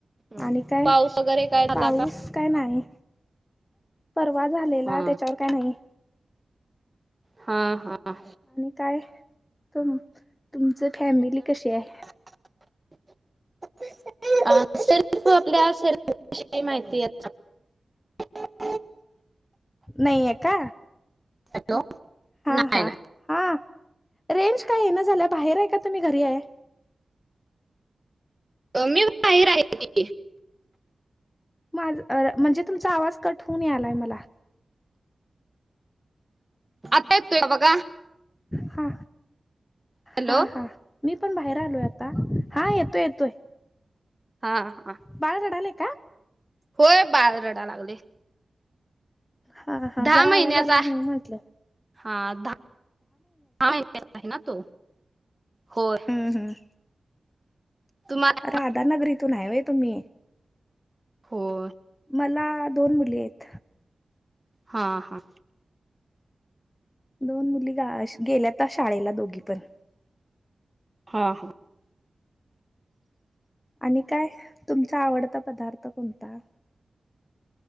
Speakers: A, on the right; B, on the left.
A: हं,
B: आणि काय,
A: पाऊस वगैरे काय झाला
B: पाऊस
A: का
B: काय नाही. परवा झालेला
A: हा
B: त्याच्यावर काय नाही.
A: हा हा.
B: आणि काय, तुम तुमची फॅमिली कशी हाय?
A: <inaudible> तू <unintelligible> आपल्या विषयी माहिती याच्या <inaudible>
B: नाहीये का?
A: हॅलो
B: हा
A: नाही
B: हा.
A: नाही
B: हा रेंज काय इना झाल्या, बाहेर हाय का तुम्ही घरी हाय?
A: मी बाहेर हाय की.
B: माझ अ म्हणजे तुमचा आवाज कट होऊन यालाय मला.
A: आता येतोय का बघा?
B: हा
A: हॅलो
B: हा हा. मी पण बाहेर आलोय आता, हा येतोय येतोय.
A: हा हा.
B: बाळ रडालय का?
A: होय बाळ रडाय लागलय.
B: हा हा
A: दहा
B: जरा
A: महिन्याचा
B: आवाज आला म्हणून म्हटलं.
A: हा आता आहे <unintelligible> तो होय.
B: हुं. हुं.
A: तुम्हाला
B: राधानगरितून हाय होय तुम्ही.
A: होय
B: मला दोन मुली आहेत.
A: हा हा.
B: दोन मुली, गेल्याता शाळेला दोघी पण.
A: हा.
B: आणि काय, तुमचा आवडता पदार्थ कोणता?